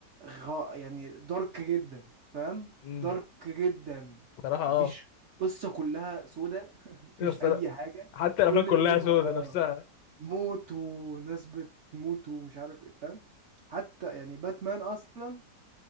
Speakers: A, on the right; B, on the left.
A: غ... يعني دارك جدا فاهم
B: امم
A: دارك جدا
B: صراحة اه
A: مفيش قصة كلها سودة <laughs> مفيش
B: الصرا-
A: اي حاجة
B: حتى الأفلام
A: كل
B: كلها
A: اللي هم
B: سودة
A: اه
B: نفسها
A: موت وناس بتموت ومش عارف ايه فاهم حتى يعني باتمان اصلا